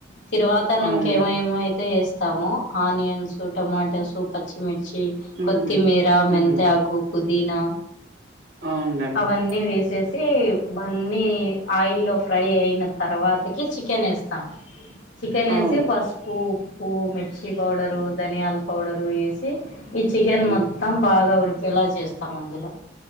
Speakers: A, on the left; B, on the right.
A: తిరువాత అన్నంకి
B: అవునులే.
A: ఏమో ఏమో అయితే ఏస్తామో ఆనియన్స్ టొమాటోస్ పచ్చిమిర్చి
B: హ్మ్.
A: కొత్తిమీరా
B: హ్మ్.
A: మెంతాకు పుదీనా
B: అవునులే మేడం.
A: అవన్నీ వేసే సి బన్నీ ఆయిల్లో ఫ్రై అయిన తర్వాతకి చికెన్ ఏస్తాం చికెన్
B: అవును.
A: ఏసి పసుపు ఉప్పు మిర్చి పౌడరు ధనియాల పౌడరు ఏసి ఈ చికెన్
B: హ్మ్.
A: మొత్తం బాగా ఉడికేలా చేస్తాం అందులో